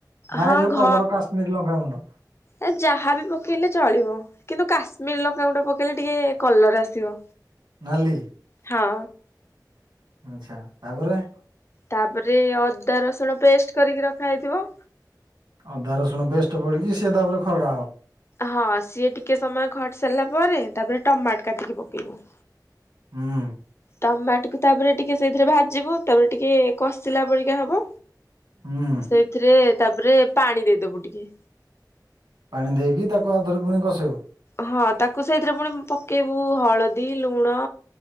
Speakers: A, on the right (about 80°); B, on the left (about 35°).
A: ନା
B: ହଁ
A: ଏ ଯୋଉ
B: ଘ
A: କଲର କାଶ୍ମୀର ଲଙ୍କା ଗୁଣ୍ଡ।
B: ଏ ଯାହା ବିି ପକେଇଲେ ଚଳିବ। କିନ୍ତୁ କାଶ୍ମୀର ଲଙ୍କା ଗୁଣ୍ଡ ପକେଇଲେ ଟିକେ କଲର ଆସିବ।
A: ନାଲି,
B: ହଁ
A: ଆଛା ତାପରେ
B: ତାପରେ ଅଦା ରସୁଣ ପେଷ୍ଟ କରିକି ରଖା ହେଇଥିବ।
A: ଅଦା ରସୁଣ ପେଷ୍ଟ ପଡିକି ସିଏ ତାପ ରେ ଖରଡ଼ା ହବ।
B: ହଁ ସିଏ ଟିକେ ସମୟ ଖଟି ସାରିଲା ପରେ, ତାପରେ ଟମାଟ କାଟିକି ପକେଇବୁ।
A: ହୁଁ।
B: ଟମାଟକୁ ତାପରେ ଟିକିଏ ସେଇଥିରେ ଭାଜିବ, ତାପରେ ଟିକେ କଷିଲା ପରିକା ହବ।
A: ହୁଁ।
B: ସେଇଥିରେ ତାପରେ ପାଣି ଦେଇଦବୁ ଟିକେ।
A: ପାଣି ଦେଇକି ତାକୁ ଆଉଥରେପୁଣି କସେଇଉ।
B: ହଁ ତାକୁ ସେଇଥିରେ ପୁଣି ପକେଇବୁ ହଳଦୀ, ଲୁଣ